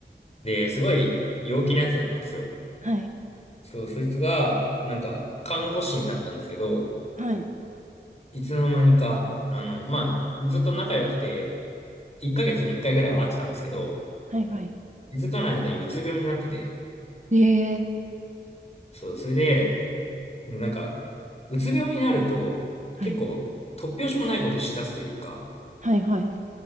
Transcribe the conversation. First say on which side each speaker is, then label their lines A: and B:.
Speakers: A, on the left (about 35°); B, on the right (about 40°).
A: で、すごい陽気なやつだったんですよ。
B: はい、
A: そう、そいつが、なんか、看護師になったんですけど、
B: はい、
A: いつの間にか、あの、まあ、ずっと仲良くて、1ヶ月に1回ぐらいは会ってたんですけど、
B: はい、はい、
A: 気づかない間にうつ病になってて、
B: ええ
A: そう、それで、でもなんか、うつ病になると、
B: はい、
A: 結構、突拍子もないことをしだすというか、
B: はい、はい、